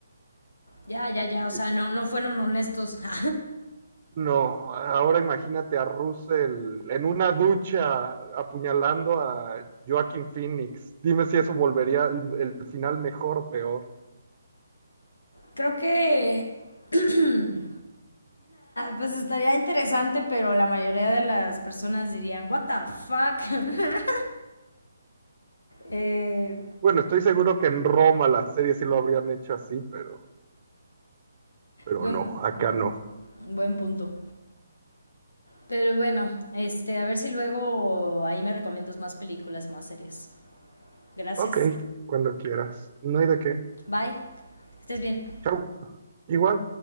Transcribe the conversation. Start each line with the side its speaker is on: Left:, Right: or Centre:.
Left: Ya, ya, ya, o
Right: Eh,
Left: sea, no, no fueron honestos. <laughs>
Right: No, ahora imagínate a Russell en una ducha apuñalando a Joaquin Phoenix. Dime si eso volvería el, el final mejor o peor.
Left: Creo que <clears throat> <coughs> pues estaría interesante, pero la mayoría de las personas dirían, what the fuck. <laughs> Eh,
Right: Bueno, estoy seguro que en Roma la serie sí lo habrían hecho así, pero, pero
Left: buen,
Right: no, acá no.
Left: buen punto. Pero bueno, este, a ver si luego ahí me recomiendas más películas, más series. Gracias.
Right: Ok, cuando quieras. No hay de qué.
Left: Bye. Estés bien.
Right: Chau. Igual.